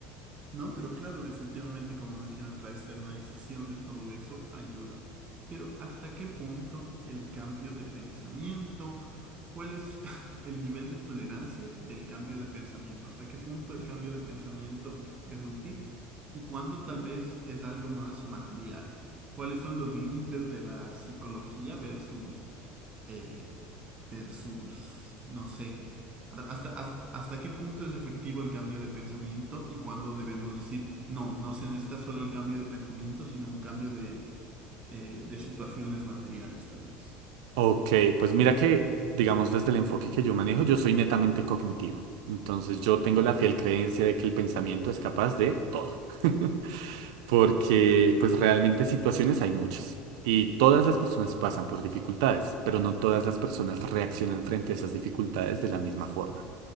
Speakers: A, on the right (about 35°); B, on the right (about 75°).
A: No, pero claro, definitivamente, como mencionas, la externalización de todo eso ayuda. Pero ¿hasta qué punto el cambio de pensamiento? ¿Cuál es <laughs> el nivel de tolerancia del cambio de pensamiento? ¿Hasta qué punto el cambio de pensamiento es útil? ¿Y cuánto tal vez es algo más material? ¿Cuáles son los límites de la psicología versus... eh, versus, no sé, a- hasta, hasta, hasta qué punto es efectivo el cambio de pensamiento y cuándo debemos decir, no, no se necesita solo el cambio de pensamiento, sino un cambio de, eh, de situaciones materiales, tal vez.
B: Ok, pues mira que, digamos, desde el enfoque que yo manejo, yo soy netamente cognitivo. Entonces yo
A: Ujú,
B: tengo la fiel creencia de que el pensamiento es capaz de todo. <laughs> Porque pues realmente situaciones hay muchas. Y todas las personas pasan por dificultades, pero no todas las personas reaccionan frente a esas dificultades de la misma forma.